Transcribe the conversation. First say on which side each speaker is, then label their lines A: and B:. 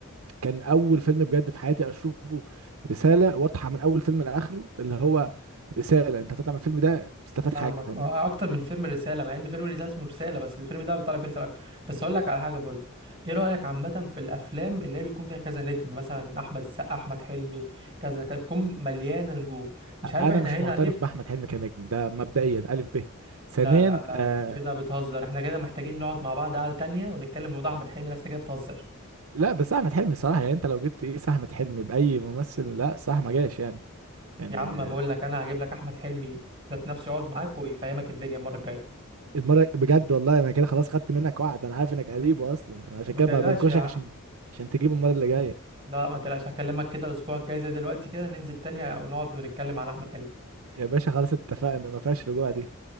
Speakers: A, on the right; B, on the right.
A: كان اول فيلم بجد في حياتي اشوفه رساله واضحه من اول فيلم لاخره اللي هو رساله انت هتطلع من الفيلم ده تستفاد
B: فاهمك
A: حاجه فاهمني
B: اه آه، اكتر من فيلم الرساله مع ان فيلم الرساله اسمه رساله بس الفيلم ده بيطلع فيه رساله اكتر بس اقول لك على حاجه برضو ايه رايك عامه في الافلام اللي هي بيكون فيها كذا نجم مثلا احمد السقا احمد حلمي كذا كذا بيكون مليانه نجوم مش عارف
A: انا
B: احنا
A: مش
B: هنا
A: معترف
B: ليه في-
A: باحمد حلمي كنجم ده مبدئيا الف ب ثانيا
B: لا لا لا
A: آه
B: انت كده بتهزر احنا كده محتاجين نقعد مع بعض قعده تانية ونتكلم في موضوع احمد حلمي ده أنت كده بتهزر
A: لا بس احمد حلمي صراحه يعني انت لو جبت ايه احمد حلمي باي ممثل لا صح ما جاش يعني يعني
B: يا عم بقول لك انا هجيب لك احمد حلمي ذات نفسه يقعد معاك ويفهمك الدنيا المره الجايه
A: المرة بجد والله انا كده خلاص خدت منك وعد انا عارف انك قريبه اصلا انا عشان
B: ما
A: كده
B: تقلقش
A: بقى بنكشك
B: يا عم
A: عشان عشان تجيبه المرة اللي جاية
B: لا ما تقلقش هكلمك كده الاسبوع الجاي زي دلوقتي كده ننزل تاني ونقعد ونتكلم على احمد حلمي
A: يا باشا خلاص اتفقنا ما فيهاش رجوع دي